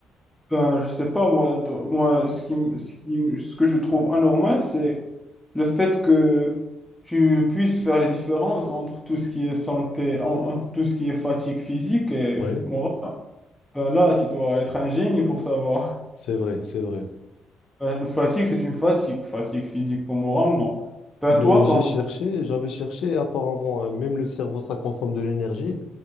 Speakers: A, in the centre; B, on the left.
A: Ben, je sais pas, moi, do- moi ce qui, m- ce qui, m- ce que je trouve anormal, c'est le fait que tu puisses faire les différences entre tout ce qui est santé, en, en- tout ce qui est fatigue physique et
B: Oui,
A: morale. Ben là, tu dois être un génie pour savoir.
B: c'est vrai, c'est vrai.
A: Ben, une fatigue, c'est une fatigue. Fatigue physique ou morale, non. Ben
B: Mais
A: toi,
B: j'ai
A: quand,
B: cherché, j'avais cherché, et apparemment, euh, même le cerveau, ça consomme de l'énergie.